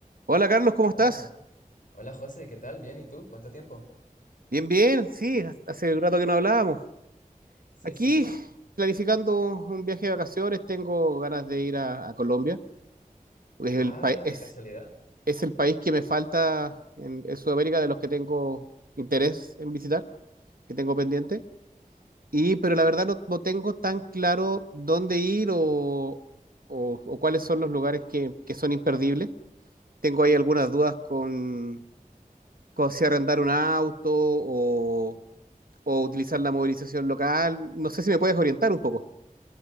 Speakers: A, on the right (about 80°); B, on the left (about 65°).
A: Hola Carlos, ¿cómo
B: Hola,
A: estás?
B: hola José, ¿qué tal? Bien, ¿y tú? ¿Cuánto tiempo?
A: Bien, bien, sí, hace rato que no hablábamos.
B: Sí,
A: Aquí,
B: sí.
A: planificando un viaje de vacaciones, tengo ganas de ir a, a Colombia. Es el,
B: Ay,
A: pa- es,
B: qué casualidad.
A: es el país que me falta en, en Sudamérica de los que tengo interés en visitar, que tengo pendiente. Y, pero la verdad
B: Oye,
A: no, no tengo tan claro dónde ir o, o- o cuáles son los lugares que, que son imperdibles. Tengo ahí algunas dudas con, con si arrendar un auto o utilizar la movilización local. No sé si me puedes orientar un poco.